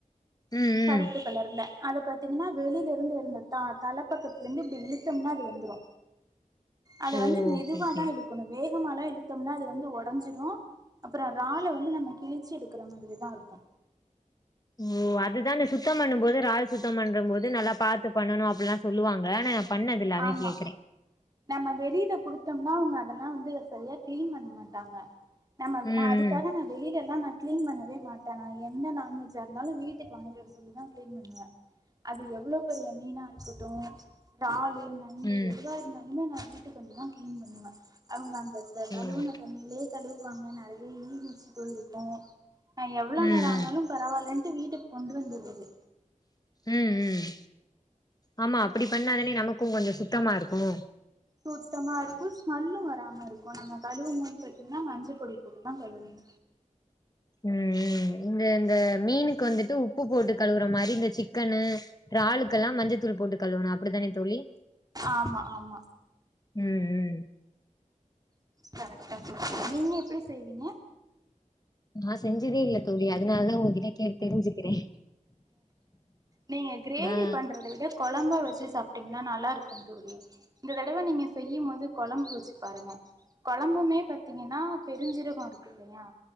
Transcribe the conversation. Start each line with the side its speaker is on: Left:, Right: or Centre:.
Left: ம்
Right: கருப்பு
Left: ம்
Right: கலர்ல அத பாத்தீங்கன்னா வெளில இருந்து எடுந்தா தா தலை பக்கத்துலருந்து இப்டி இழுத்தம்னா அது வந்துரு அது
Left: ஓ
Right: வந்து மெதுவாதா
Left: ஓகே ஓகே
Right: இழுக்கணும் வேகமாலா இழுத்தோம்னா அது வந்து ஒடஞ்சிடும் அப்பற இறால வந்து நம்ம கிழிச்சி எடுக்கிற மாதிரி தா இருக்கு
Left: ஒ அதுதான்ன சுத்தம் பண்ணு போது ரால் சுத்தம் பண்ணறம் போது நல்லா பாத்து பண்ணனு அப்டியெல்லா சொல்லுவாங்க ஆனா பண்ணதுல அதா
Right: ஆமா
Left: கேட்கிறே
Right: நம்ம வெளியில குடுத்தோம்னா அவங்க அதெல்லாம் வந்து சரியா கிளீன் பண்ண மாட்டாங்க நம்ம
Left: ம்
Right: நான் அதுக்காக நா வெளியிலலா நா க்ளீன் பண்ணவே மாட்டேன் நான் என்ன நான்வெஜ்ஜா இருந்தாலு வீட்டுக்கு வாங்கி வர சொல்லி தா கீளன் பண்ணுவ அது எவ்ளோ பெரிய மீனா இருக்கட்டு ராலுன நண்டு
Left: ம் ம்
Right: எதுவா இருந்தாலுமே நா வீட்டுக்கு வந்துதா கிளீன் பண்ணுவே அவங்க அந்த கழுவுன
Left: ம்
Right: த தண்ணிலையே கழுவுவாங்க நெறைய ஈர்யச்சு போயி இருக்கு நா எவ்வளவு
Left: ம்
Right: நேரோ ஆனாலு பரவாயிலன்ட்டு வீட்டுக்கு கொண்டு வந்துறது
Left: ம் ம் ஆமா அப்டி பண்ணாதானே நமக்கும் கொஞ்சோ சுத்தமா இருக்கு
Right: சுத்தமா இருக்கு ஸ்மெல்லு வராம இருக்கு நம்ம கழுவும் போது பாத்தீங்கன்னா மஞ்சள் பொடி போட்டு தான் கழுவணு
Left: ம் ம் இந்த இந்த மீனுக்கு வந்துட்டு உப்பு போட்டு த் கழுவுற மாரி இந்த சிக்கனு ரால்ளுக்கெல்லா மஞ்சத்தூள் போட்டு கழுவணு அப்டித்தானே தோழி
Right: ஆமா ஆமா
Left: ம் ம்
Right: கரெக்டா சொல்ரிங்க நீங்க எப்டி செய்வீங்க
Left: நா செஞ்சதே இல்ல தோழி அதனால தா ஒங்கிட் <unintelligible> கேட்டு தெரிஞ்சுகிறேன்
Right: நீங்க கிரேவி
Left: நா
Right: பண்றத விட கொழம்பா வச்சு சாப்ட்டீங்கன்னா நல்லா இருக்கு தோழி இந்த தடவை நீங்க செய்யு போது கொழம்பு வச்சு பாருங்க குழம்புமே பாத்தீங்கன்னா பெருஞ்சீரகோ இருக்கு இல்லையா